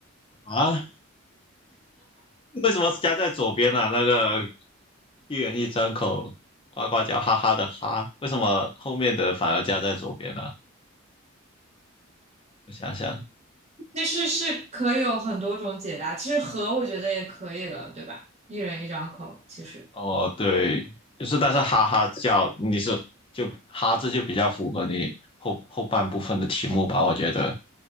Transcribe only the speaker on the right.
那是是可以有很多种解答，其实和我觉得也可以了，对吧？一人一张口，其实
对